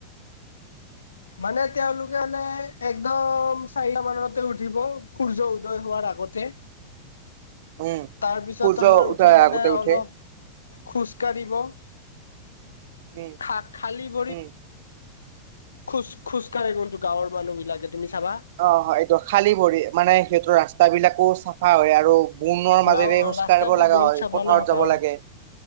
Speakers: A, on the left (about 70°); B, on the right (about 55°).
A: মানে, তেওঁলোকে মানে, একদম চাৰিটা মানতে উঠিব সূৰ্য উদয় হোৱাৰ আগতে উ
B: উম
A: তাৰপিছত
B: সূৰ্য
A: তোমাৰ উঠি
B: উঠাৰ
A: কেনে
B: আগতে
A: অলপ
B: উঠে
A: খোজকাঢ়িব
B: উম
A: খা খালী ভৰি
B: উম
A: খোজ খোজকাঢ় কিন্তু গাঁৱৰ মানুহ বিলাকে তুমি চাবা
B: অ', অ', এইটো খালী ভৰি মানে, সেইটোৰ ৰাস্তা বিলাকো চাফা হয় আৰু বণন মাজেৰে
A: গাঁও
B: খোজ
A: ৰাস্তাবোৰ
B: কঢ়িব লগা
A: বহুত
B: হয়
A: চাবা
B: পথাৰত
A: ন গাঁৱৰ
B: যাব লাগে